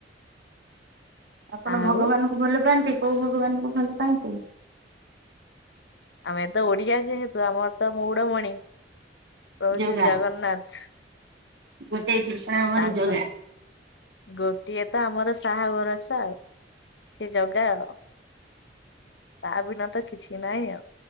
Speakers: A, on the right (about 65°); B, on the left (about 75°).
A: ଆପଣ
B: ଆଉ
A: ଭଗବାନଙ୍କୁ ଭଲପାଆନ୍ତି କୋଉ ଭଗବାନଙ୍କୁ ଭଲପାଆନ୍ତି?
B: ଆମେ ତ ଓଡ଼ିଆ ଯେହେତୁ ଆମର ତ ମଉଡମଣି ପ୍ରଭୁ
A: ଯୋଗା
B: ଶ୍ରୀ ଜଗନ୍ନାଥ୍।
A: ଗୋଟେ ଭୀଷଣା ଆମର
B: ତାଙ୍କ
A: ଜଗା।
B: ଗୋଟିଏ ତ ଆମର ସାହା ଭରସା ଆଉ ସେ ଜାଗା ଆଉ। ତା ବିନା ତ କିଛି ନାଇଁ ଆଉ।